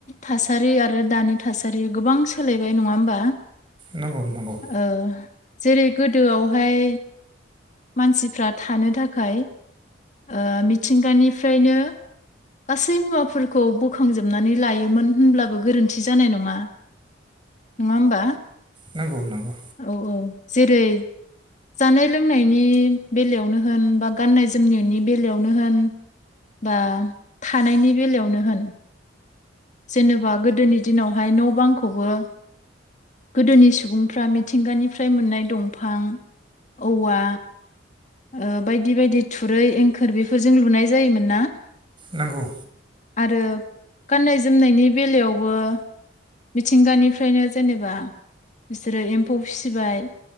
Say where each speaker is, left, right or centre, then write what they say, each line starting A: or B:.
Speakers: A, on the left; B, on the right.
A: थासारि आरो दानि थासारि गोबां सोलायबाय नङा होमबा
B: नंगौ नंगौ
A: ओ जेरै गोदोआवहाय मानसिफ्रा थानो थाखाय ओ मिथिंगानिफ्रायनो गासै मुवाफोरखौ बोखांजोबनानै लायोमोन होनब्लाबो गोरोन्थि जानाय नङा नङा होमबा
B: नंगौ नंगौ
A: औ औ जेरै जानाय लोंनायनि बेलायावनो होन बा गाननाय जोमनायनि बेलायावनो होन बा थानायनि बेलायावनो होन जेनेबा गोदोनि दिनावहाय न' बांखौबो गोदोनि सुबुंफ्रा मिथिंगानिफ्राय मोननाय दंफां औवा ओ बायदि बायदि थुरै एंखोर बेफोरजों लुनाय जायोमोन ना
B: नोंगौ
A: आरो गाननाय जोमनायनि बेलायावबो मिथिंगानिफ्रायनो जेनेबा बिसोरो एम्फौ फिसिबाय